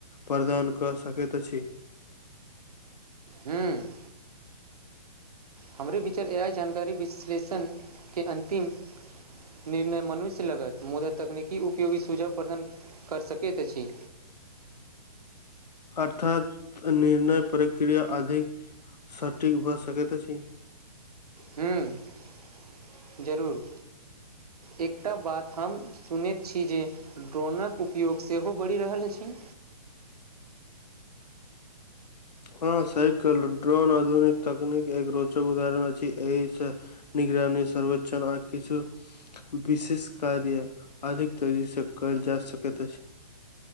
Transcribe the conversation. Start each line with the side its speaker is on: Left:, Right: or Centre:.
Left: प्रदान कऽ सकैत अछि
Right: हूँ हमरे विचार ए आइ जानकारी विश्लेषणके अन्तिम निर्णय मनुष्य लगत मुदा तकनीकी उपयोगी सुझाव प्रदान करि सकैत अछि
Left: अर्थात निर्णय प्रक्रिया अधिक सटिक भऽ सकैत अछि
Right: हूँ जरूर एकटा बात हम सुनैत छी जे ड्रोनक उपयोग सेहो बढ़ि रहल अछि
Left: हँ साइकल ड्रोन आधुनिक तकनीक एक रोचक उदरण अछि एहिसँ निगरानी सर्वेक्षन आ किछु विशेष कार्य अधिक तेजसँ कयल जा सकैत अछि